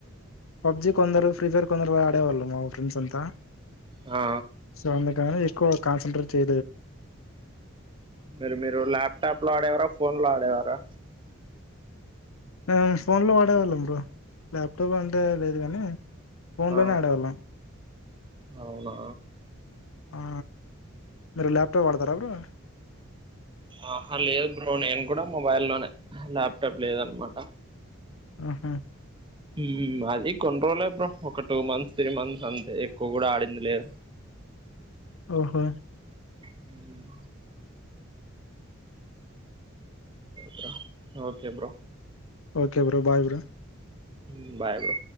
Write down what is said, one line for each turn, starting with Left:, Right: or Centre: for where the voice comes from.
Left: పబ్జి కొందరు ఫ్రీ ఫైర్ కొందరు ఆడేవాళ్ళు మా ఫ్రెండ్స్ అంతా
Right: ఆ
Left: సంద కా ఎక్కువ కాన్సంట్రేట్ చే
Right: మీరు మీరు ల్యాప్టాప్ లో ఆడేవారా ఫోన్ లో ఆడేవారా
Left: మేమ్ ఫోన్ లో వాడేవాళ్ళం బ్రో ల్యాప్టాప్ అంటే లేదు గానీ ఫోన్
Right: ఆ
Left: లోనే ఆడేవాళ్ళం
Right: అవునా
Left: ఆ మీరు ల్యాప్టాప్ వాడతారా బ్రో
Right: ఆహా లేదు బ్రో నేను కూడా మొబైల్ లోనే లా టాప్ లేద అనమాట
Left: హ్మ్ హు
Right: హ్మ్ అది కొన్ని రోజులే బ్రో ఒక టూ మంత్స్ త్రీ మంత్స్ అంతే ఎక్కువ కూడా ఆడింది లేదు
Left: ఓహు
Right: హ్మ్ bro okay bro
Left: okay bro bye bro
Right: హ్మ్ బాయ్ బ్రో